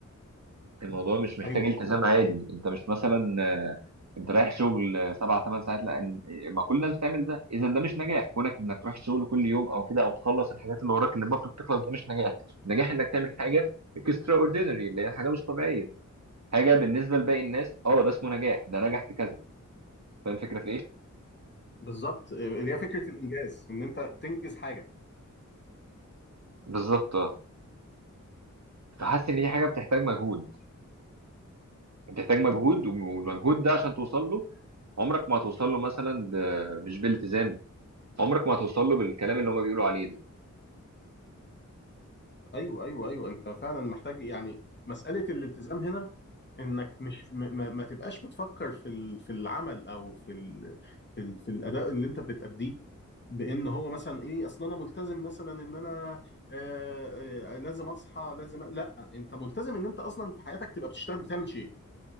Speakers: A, on the right; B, on the left.
A: الموضوع مش محتاج
B: ايوه
A: التزام عادي انت مش مثلا آه، انت رايح شغل آه، سبع ثمان ساعات لا إن- ما كل الناس بتعمل ده اذا ده مش نجاح كونك انك تروح الشغل كل يوم او كده او تخلص الحاجات اللي وراك اللي المفروض تخلص ده مش نجاح النجاح انك تعمل حاجه اكسترا اوردينري اللي هي حاجه مش طبيعيه حاجه بالنسبه لباقي الناس اه ده اسمه نجاح ده نجح في كذا فاهم الفكره في ايه
B: بالظبط اللي هي فكره الانجاز ان انت تنجز حاجه
A: بالظبط اه فحاسس ان دي حاجه بتحتاج مجهود بتحتاج مجهود والمجهود ده عشان توصل له عمرك ما هتوصل له مثلا ب... مش بالتزام عمرك ما هتوصل له بالكلام اللي هما بيقولوا عليه ده
B: ايوه ايوه ايوه انت فعلا محتاج يعني مساله الالتزام هنا انك مش م- ما, ما تبقاش بتفكر في ال- في العمل او في ال في, ال في الاداء اللي انت بتأديه بان هو مثلا ايه اصل انا ملتزم مثلا ان انا آه آه لازم اصحى لازم أ- لا انت ملتزم ان انت اصلا في حياتك تبقى بتشتغل بتعمل شيء